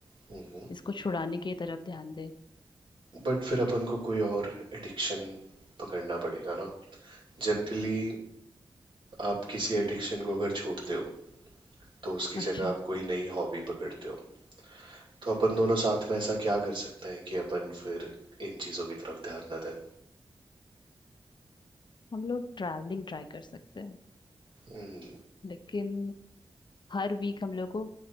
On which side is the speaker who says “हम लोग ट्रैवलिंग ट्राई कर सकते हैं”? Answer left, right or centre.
Left